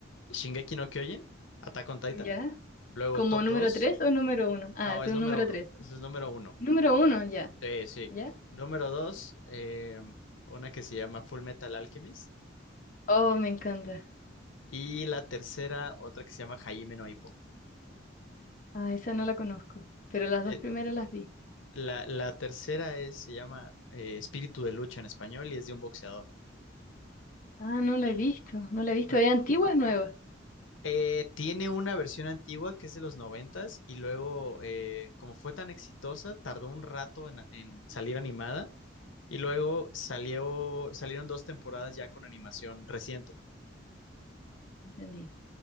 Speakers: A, on the left; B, on the left.
A: Shingeki no Kyojin, Attack on Titan.
B: ¿Ya?
A: Luego
B: ¿Como
A: top
B: número
A: 2,
B: 3 o número uno Ah,
A: no, es
B: tú
A: número
B: número
A: uno.
B: tres
A: eso es número uno.
B: Número uno ya.
A: Sí, sí.
B: ¿Ya?
A: Número dos, eh, una que se llama Full Metal Alchemist.
B: Oh, me encanta.
A: Y la tercera, otra que se llama Hajime no Ippo.
B: Ah, esa no la conozco, pero las
A: Eh,
B: dos primeras las vi.
A: la, la tercera es, se llama eh, Espíritu de Lucha en español y es de un boxeador.
B: Ah, no la he visto, no la he visto.
A: Pero,
B: ¿Es antigua o es nueva?
A: eh, tiene una versión antigua que es de los noventas y luego, eh, como fue tan exitosa, tardó un rato en, en salir animada y luego salió, salieron dos temporadas ya con animación reciente.
B: Entendí.